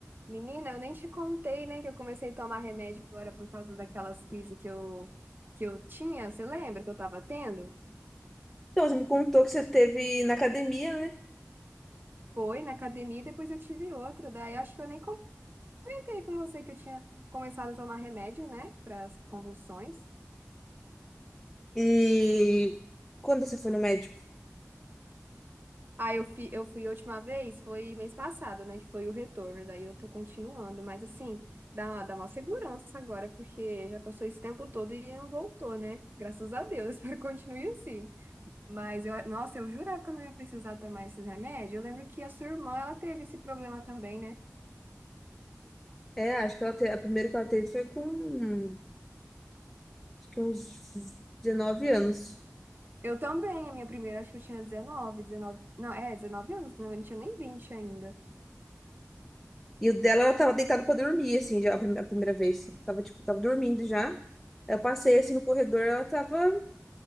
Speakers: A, on the right; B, in the centre.
A: Menina, eu nem te contei, né, que eu comecei a tomar remédio agora por causa daquelas crises que eu, que eu tinha. Você lembra que eu tava tendo?
B: Então, você me contou que você teve na academia, né?
A: Foi na academia e depois eu tive outra. Daí acho que eu nem comentei com você que eu tinha começado a tomar remédio, né, para as convulsões.
B: E quando você foi no médico?
A: Ah, eu fui, eu fui a última vez, foi mês passado, né, que foi o retorno. Daí eu tô continuando, mas assim, dá uma, dá uma segurança agora, porque já passou esse tempo todo e não voltou, né? Graças a Deus, <laughs> espero que continue assim. Mas eu, nossa, eu jurava que eu não ia precisar tomar esses remédios. Eu lembro que a sua irmã, ela teve esse problema também, né?
B: É, acho que ela te... a primeira que ela teve foi com acho que uns 19 anos.
A: Eu também, a minha primeira, acho que eu tinha dezenove dezenove não, é, 19 anos, não, eu não tinha nem vinte ainda.
B: E o dela, ela tava deitada pra dormir, assim, já a prime- a primeira vez. Tava, tipo, tava dormindo já. Aí Eu passei, assim, no corredor, ela tava... Ela